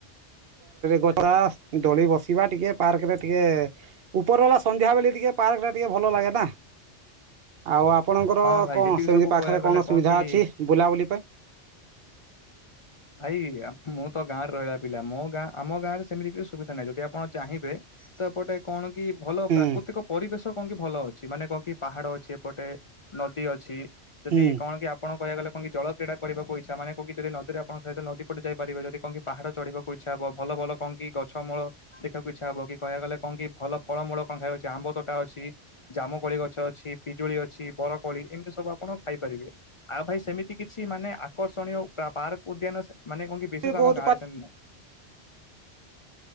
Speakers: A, on the right; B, on the left.
A: ଗଛା ଦଳି ବସିବା ଟିକେ ପାର୍କ ରେ ଟିକେ ଉପର ବାଲା ସନ୍ଧ୍ୟା ବେଳେ ଟିକେ ପାର୍କ ଟା ଟିକେ ଭଲ ଲାଗେନା। ଆଉ ଆପଣଙ୍କର
B: ହଁ ଭାଇ
A: କଣ
B: ଯେତିକି
A: ସେମିତି
B: ସବୁ
A: ପାଖରେ
B: କହିବାକୁ
A: କଣ
B: ଗଲେ
A: ସୁବିଧା
B: କି
A: ଅଛି ବୁଲାବୁଲି ପାଇଁ। <inaudible>
B: ଭାଇ ମୁଁ ତ ଗାଁ ରେ ରହିଲା ପିଲା ମୋ ଗାଁ ଆମ ଗଁରେ ସେମିତି କିଛି ସୁବିଧା ନାହିଁ ଯଦି ଆପଣ ଚାହିଁବେ ତ ଏପଟେ କଣ କି ଭଲ
A: ହୁଁ
B: ପ୍ରାକୃତିକ ପରିବେଶ କଣ କି ଭଲ ଅଛି ମାନେ କଣ କି ପାହାଡ ଅଛି ଏପଟେ ନଦୀ ଅଛି ଯଦି
A: ହୁଁ
B: କଣ କି ଆପଣ କହିବାକୁ ଗଲେ କଣ କି ଜଳ କ୍ରୀଡ଼ା କରିବାକୁ ଇଛା ମାନ କହକ ଯଦି ନଦିରେ ଆପଣ ନଦୀ ପଟେ ଯାଇପିବେ ଯଦି କ କି ପାହାଡ ଚଢିବାକୁ ଇଛା ହବ ଭଲ କଣ କି ଗଛମୂଳ ଦେଖିବାକୁ ଇଚ୍ଛା ହବ କହିବାକୁ ଗଲେ କଣ କି ଭଲ ଫଳମୂଳ କଣ ଖାଇବା ଅଛି ଆମ୍ବ ତୋଟା ଅଛି ଜାମୁକୋଳି ଗଛ ଅଛି ପିଜୁଳି ଅଛି ବରକୋଳି ଏମିତି ସବୁ ଆପଣ ଖାଇ ପାରିବେ ଆଉ ଭାଇ ସେମିତି କିଛି ମାନେ ଆକର୍ଷଣୀୟ ପାର୍କ ଉଦ୍ୟାନ ମାନେ କଣ କି ବଶେଷ
A: ଏ ବହୁତ
B: ଆମର ଗାଁରେ
A: ପା
B: ନାହିଁ।